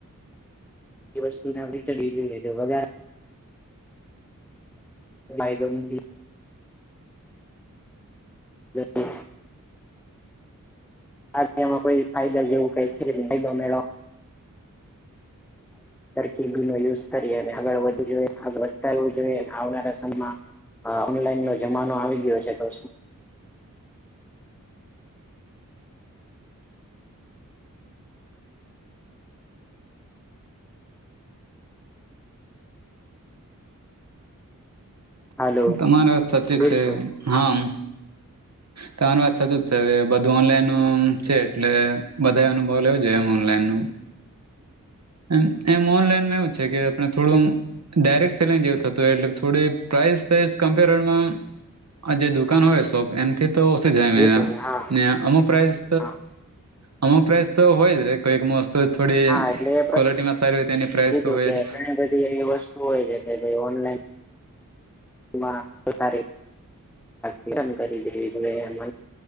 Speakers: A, in the centre; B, on the right.
A: એ વસ્તુને આપ રીતે લ લેજ વધારે એ દો મ <inaudible> બ માં કોઈ ફાયદા જેવું કાય છે ન‌ઈ રબી ન યુઝ કરીએ અને આગળ વધવું જોઈએ વધારવું જોઈએ આવનારા સમમાં હા ઓનલાઈન ન જમાનો આવી ગયો છે તો હાલો
B: તમારી વાત સાચી
A: બિલકુલ
B: છે હા
A: <unintelligible>
B: તમારી વાત સાચું જ છેવે બધું ઓનલાઈન ન છે એટલે બધા અનુભવ લેવો જોઈએમ ઓનલાઈન નું એમ એમ ઓનલાઈન એવું છે કે આપણે થોડું ડાયરેક્ટ સેલિંગ જેવું થતું એટલે થોડી પ્રઇસમ્પેમાં કમ્પેરીમાં આ જે દુકાન હોય શોપ એમથી તો ઓછી જાય
A: બિલકુલ
B: મે
A: હા
B: ને અમુક પ્રાઇસ
A: હા
B: અમુક પ્રાઈઝ તો હોય જ રે કોઈક વસ્તુ થોડી
A: હા એટલે એ
B: ક્વોલિટીમાં સારી હોય તેની પ્રાઇસ
A: કીધું
B: તો હોય
A: કે
B: જ
A: ઘણી બધી એવી વસ્તુ હોય છે કે ભ‌ઇ ઓનલાઈન તો સાર ચન કરી દેવી જોઈએ મ